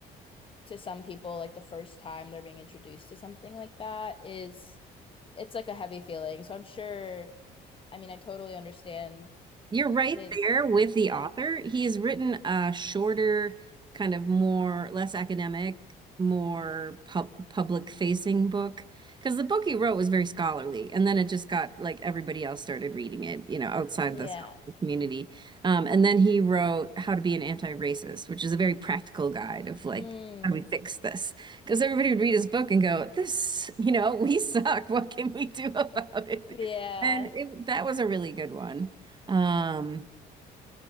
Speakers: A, on the left; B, on the right.
A: to some people, like the first time they're being introduced to something like that is it's like a heavy feeling. So I'm sure, I mean, I totally understand
B: You're right
A: his,
B: there with the
A: yeah,
B: author. He's written a shorter, kind of more, less academic, more pub public facing book. Because the book he wrote was very scholarly, and then it just got like everybody else started reading it, you know, outside
A: yeah,
B: the scholarly community. Um, and then he wrote How to Be an Anti-Racist, which is a very practical guide of like,
A: mm,
B: how do we fix this? Because everybody would read his book and go, this, you know, <laughs> we suck. What can we do <laughs> about it?
A: yeah,
B: And it, that was a really good one. Um,